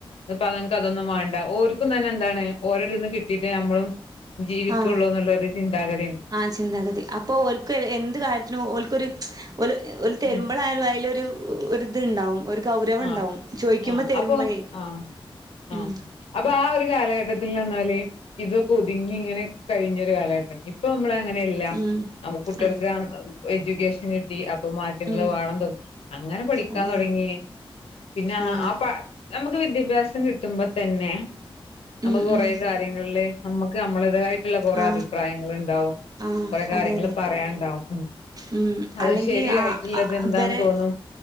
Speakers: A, on the left; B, on the right.
A: ഇപ്പ നിനക്ക് അതൊന്നും വേണ്ട ഓർക്കും തന്നെ എന്താണ് ഓരോടെന്ന് കിട്ടിട്ട് നമ്മളും ജീവിക്കുള്ളൂ
B: ആഹ്
A: എന്നുള്ള ഒരു ചിന്താഗതി
B: ആ ചിന്താഗതി അപ്പൊ ഓക്ക് എന്ത് കാര്യത്തിനും ഓൾക്കൊരു ഒരു തെരുമ്പളായാലും
A: ഉം
B: അതിലൊരു ഒരു ഇത്ണ്ടാവും ഒരു ഗൗരവം
A: ആഹ്
B: ഉണ്ടാവും ചോയിക്കുമ്പോ
A: ആഹ്
B: തരുമ്പഴേ
A: അപ്പൊ ആഹ് ആ
B: ഉം
A: അപ്പൊ ആ ഒരു കാലഘട്ടത്തിൽ നിന്ന് ഇതൊക്കെ ഒതുങ്ങി ഇങ്ങനെ കഴിഞ്ഞൊരു കാലഘട്ടം ഇപ്പ നമ്മള് അങ്ങനില്ല
B: ഉം
A: നമുക്കു കുട്ടികൾക്ക്
B: അതെ
A: എജ്യുക്കേഷൻ കിട്ടി മാറ്റങ്ങൾ
B: ഉം
A: വേണോന്ന് അങ്ങനെ പഠിക്കാൻ
B: അതെ
A: തുടങ്ങീ പിന്നെ
B: ആ
A: ആപ്പാ നമുക്ക് വിദ്യാഭ്യാസം കിട്ടുമ്പോ തന്നെ നമ്മുക്ക്
B: ഉം
A: കൊറെ
B: ഉം
A: കാര്യങ്ങളിലെ നമ്മ നമ്മളുതായി കുറെ
B: ആ
A: അഭിപ്രായങ്ങളുണ്ടാവും,
B: ആ
A: കൊറെ കാര്യങ്ങള്
B: അതെ അതെ
A: പറയാനുണ്ടാവും, ഉം
B: ഉം
A: അത്
B: അല്ലെങ്കി
A: ശരിയായിട്ടുള്ളത്
B: ആ
A: എന്താന്ന്
B: ഇവരെ
A: തോന്നും,